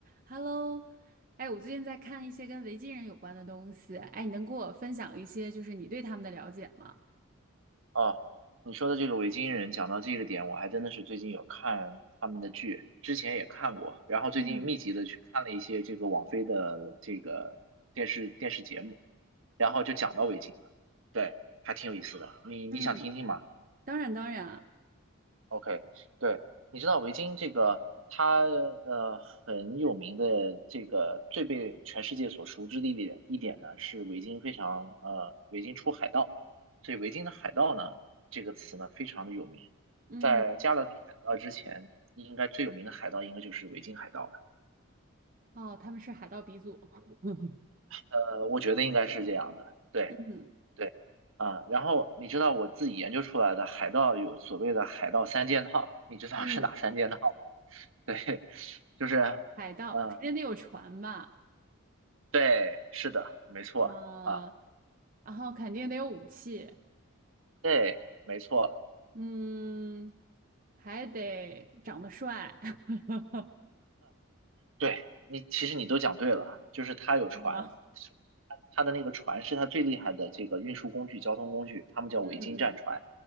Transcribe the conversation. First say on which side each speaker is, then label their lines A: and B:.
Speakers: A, on the right (about 40°); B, on the right (about 65°).
A: Hello，哎，我最近在看一些跟维京人有关的东西，哎，你能给我分享一些就是你对他们的了解吗？
B: 哦，你说的这个维京人，讲到这个点，我还真的是最近有看他们的剧，之前也看过，然后最近密集的去看了一些这个网飞的这个电视电视节目，
A: 嗯
B: 然后就讲到维京了，
A: 哦，
B: 对，还挺有意思的。你你想听听吗？
A: 嗯当然当然，
B: OK，对，你知道维京这个，它呃很有名的这个最被全世界所熟知的一点一点呢，是维京非常呃维京出海盗，所以维京的海盗呢这个词呢非常的有名，
A: 嗯，
B: 在加勒比海盗之前，应该最有名的海盗应该就是维京海盗了，
A: 哦，他们是海盗鼻祖，<laughs>
B: 呃，我觉得应该是这样的，对
A: 嗯，
B: 对啊，然后你知道我自己研究出来的海盗有所谓的海盗三件套，你知道是哪三件套吗？
A: 嗯
B: <laughs> 对，就是，
A: 海盗肯定得有船吧，
B: 嗯，对，是的，没错啊，
A: 啊、然后肯定得有武器，
B: 对，没错，
A: 嗯，还得长得帅，<laughs>
B: 对你，其实你都讲对了，就是它有船，
A: 真的吗？
B: 它的那个船是它最厉害的这个运输工具、交通工具，他们叫维京战船，
A: 嗯